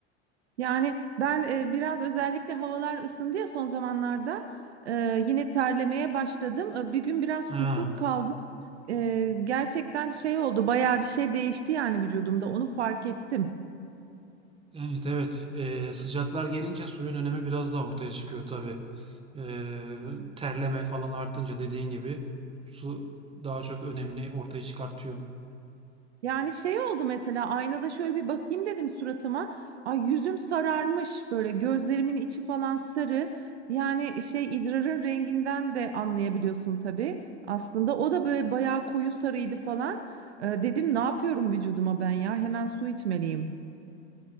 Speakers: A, on the right; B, on the right.
A: Yani ben e, biraz özellikle havalar ısındı ya son zamanlarda e, yine terlemeye başladım. E, Bir gün biraz
B: Ha,
A: susuz kaldım. E, Gerçekten şey oldu bayağı bir şey değişti yani vücudumda onu fark ettim.
B: evet evet. Ee, sıcaklar gelince suyun önemi biraz daha ortaya çıkıyor tabii. Ee, terleme falan artınca dediğin gibi su daha çok önemini ortaya çıkartıyor.
A: Yani şey oldu mesela aynada şöyle bir bakayım dedim suratıma. Ay yüzüm sararmış böyle gözlerimin içi falan sarı. Yani şey idrarın renginden de anlayabiliyorsun tabii. Aslında o da böyle bayağı koyu sarıydı falan. Ee, dedim ne yapıyorum vücuduma ben ya hemen su içmeliyim.